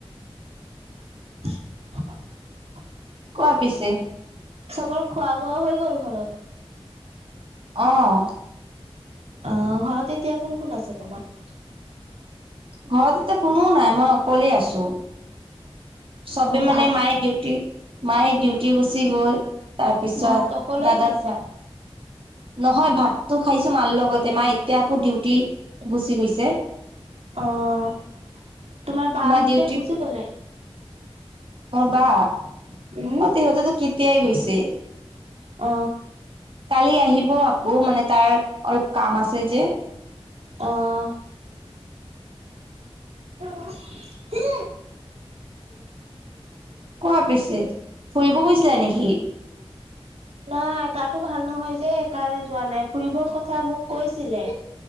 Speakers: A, on the right (about 80°); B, on the right (about 55°).
A: <inaudible>
B: কোৱা পিছে।
A: চবৰ খোৱা বোৱা হৈ গ'ল ঘৰত?
B: অ',
A: অ', ঘৰত এতিয়া কোন কোন আছে তোমাৰ?
B: ঘৰত এতিয়া কোনো নাই, মই অকলে আছোঁ। চবে
A: অ
B: মানে
A: ভাত
B: মায়ে ডিউটি, মায়ে ডিউটি গুচি গ'ল। তাৰ পিছত
A: ভাত অকলেই
B: দাদা
A: খাইছা
B: নহয়, ভাতটো খাইছো মাৰ লগতে, মা এতিয়া আকৌ ডিউটি গুচি গৈছে।
A: অ', তোমাৰ বাহেনতে
B: মা ডিউটি
A: গুচি গলে?
B: মোৰ বা? অ',
A: উম
B: সিহঁতেতো কেতিয়াই গৈছে।
A: অ
B: কালি আহিব আকৌ, মানে তাৰ অলপ কাম আছে যে।
A: অ', <inaudible>
B: কোৱা পিছে, ফুৰিব গৈছিলা নেকি?
A: নাই গাতো ভাল নহয় যে, সেইকাৰণে যোৱা নাই, ফুৰিবৰ কথা মোক কৈছিলে।